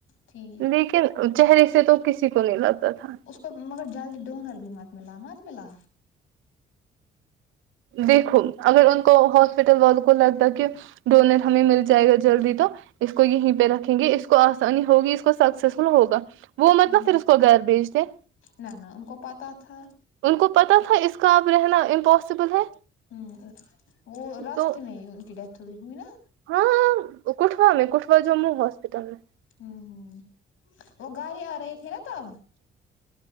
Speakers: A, on the left; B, on the right.
A: تھی
B: لیکن چہرے سے تو کسی کو نہیں لگتا تھا
A: اس مگر جلدی ڈونر بھی مت ملا مت ملا
B: دیکھو اگر ان کو ہاسپٹل والوں کو لگتا کہ ڈونیٹ ہمیں مل جائے گا جلدی تو اس کو یہیں پہ رکھیں گے اس کو آسانی ہوگی اس کو سکسیسفل ہوگا وہ
A: ہ
B: مت نہ پھر اس کو گھر بھیجتے
A: نہ نہ ان کو پتہ تھا
B: ان کو پتہ تھا اس کا اب رہنا امپاسبل ہے
A: ہوں وہ رستے
B: تو
A: میں ان کی ڈیتھ ہوئی ہوئی نا
B: ہاں کٹھوا میں کٹھوا جم میں ہاسپٹل میں
A: ہوں ہوں وہ گھر ہی آ رہے تھے نا تب